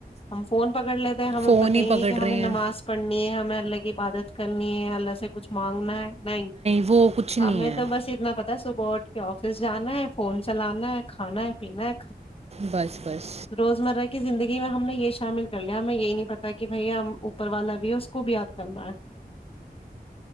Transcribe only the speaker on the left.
ہم فون پکڑ لیتے ہمیں
پت ہی
نہیں کہ ہمیں
نماز
پڑھنی ہے ہمیں اللہ اللہ کی عبادت کرنی ہے اللہ سے کچھ مانگنا ہے نہیں
ہمیں
تو بس اتنا پتا س بورڈ کے آفس جانا ہے فون چلانا ہے کھانا ہے پینا ہے
روز مرہ کی زندگی میں ہم نے یہ شامل کریا یں یہی نہیں پتا کہ بھائی ہم اوپر والا بھی ہے اس کو بھی یاد کرنا ہے